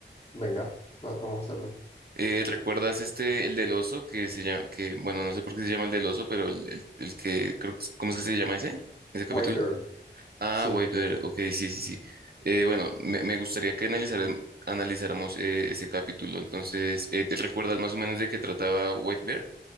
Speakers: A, on the left (about 35°); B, on the right (about 55°).
A: venga, va- vamos a hacerlo.
B: Eh, ¿recuerdas este, el del oso, que se llama, que, bueno, no sé por qué se llama el del oso, pero el, el- el que, creo, que- ¿cómo es que se llama ese? ¿Ese capítulo?
A: White Bear.
B: Ah,
A: Sí,
B: White Bear, ok, sí, sí, sí. Eh, bueno, me, me gustaría que analizar- analizáramos eh, ese capítulo. Entonces, eh, ¿te recuerdas más o menos de qué trataba White Bear?